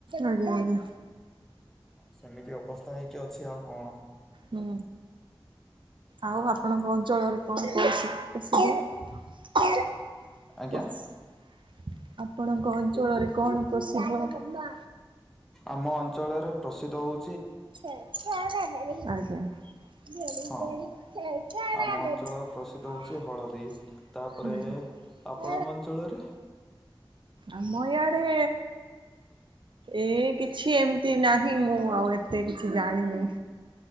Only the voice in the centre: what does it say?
ସେମିତି ଅବସ୍ଥା ହେଇକି ଅଛି ଆଉ କଣ।
ଆଜ୍ଞା
ଆମ ଅଞ୍ଚଳରେ ପ୍ରସିଦ୍ଧ ହଉ
ହଁ। ଆମ ଅଞ୍ଚଳ ପ୍ରସିଦ୍ଧ ହଉଛି ହଳଦୀ ତାପରେ
ଆପଣଙ୍କ ଅଞ୍ଚଳରେ